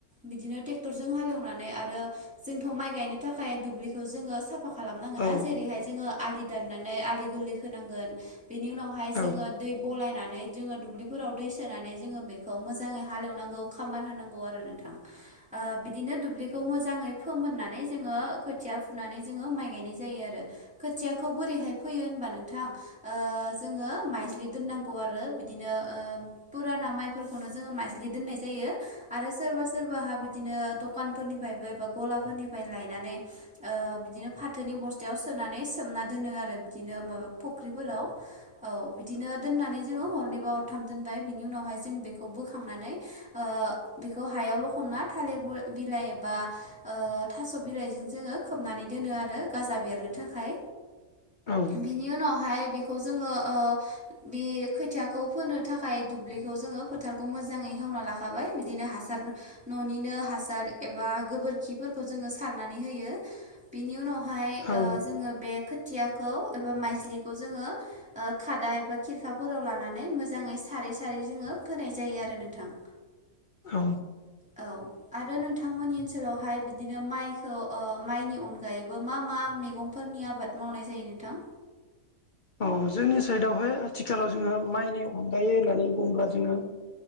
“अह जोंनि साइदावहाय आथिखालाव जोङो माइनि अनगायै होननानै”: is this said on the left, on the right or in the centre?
Left